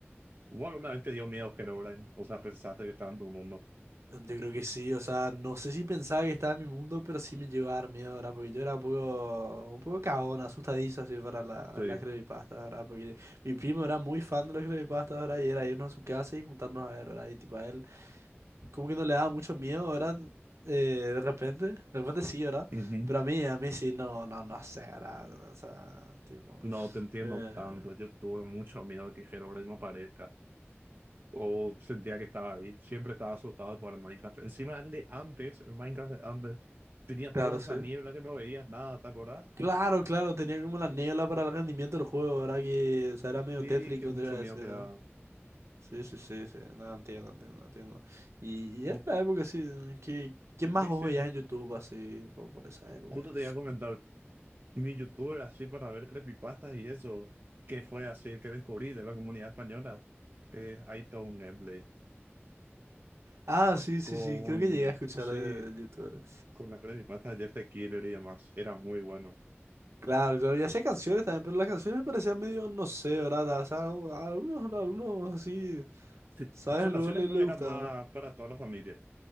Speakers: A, on the right; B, on the right.
A: Hubo alguna vez te dio miedo Herobrine, o sea, pensaste que estaba en tu mundo.
B: Yo creo que sí, o sea, no sé si pensaba que estaba en mi mundo, pero sí me llegó a dar miedo, ¿verdad? Porque yo era un poco, un poco cagón, asustadizo así para la,
A: Sí.
B: las creepypastas, ¿verdad? Porque mi primo era muy fan de los creepypastas, ¿verdad? Y era irnos a su casa y juntarnos a ver, ¿verdad? Y tipo, a él como que no le daba mucho miedo, ¿verdad? Eh, de repente, de repente sí, ¿verdad?
A: Ujú.
B: Pero a mí, a mí sí, no, no, no sé, ¿verdad? O sea, tipo...
A: No te entiendo
B: eh,
A: tanto, yo tuve mucho miedo de que Herobrine no aparezca. O sentía que estaba ahí, siempre estaba asustado por el Minecraft. Encima de antes, el Minecraft de antes, tenía
B: Claro,
A: toda esa
B: sí.
A: niebla que no veías nada, ¿te acuerdas?
B: Claro, claro, tenía como la niebla para el rendimiento del juego, ¿verdad? Que, o sea, era medio
A: Sí,
B: tétrico,
A: que mucho
B: te iba a
A: miedo
B: decir,
A: que daba.
B: ¿no? Sí, sí, sí, sí, no, entiendo, entiendo, entiendo. Y,
A: Como-
B: y era la época, sí, que, ¿qué más
A: Sí,
B: vos
A: sí,
B: veías en YouTube así, por, por esa época?
A: justo te iba a comentar. y de youtuber así para ver creepypastas y eso. ¿Qué fue así que descubrí de la comunidad española? Eh, hay todo un gameplay
B: Ah, sí, sí,
A: con,
B: sí, creo que llegué a escuchar
A: sí,
B: de, YouTube
A: con las creepypastas de Jeff the Killer y demás. Era muy bueno.
B: Claro, claro, y hacía canciones también, pero las canciones me parecían medio, no sé, ¿verdad? O sea, algo- algunos, algunos así,
A: Sí,
B: ¿sabes?
A: en sus canciones
B: Luego le,
A: creo
B: le
A: que
B: gustaba.
A: eran más para toda la familia.